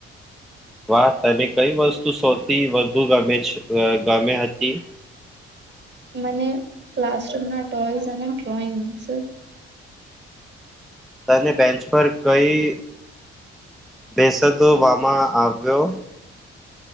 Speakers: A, in the centre; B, on the right.
A: વાહ તને કઈ વસ્તુ સૌથી વધુ ગમે છે ગમે હતી.
B: મને ક્લાસરૂમના ટોઇસ અને ડ્રોઈંગ્સ..
A: તને બેન્ચ પર કઈ બેસવામાં આવ્યો.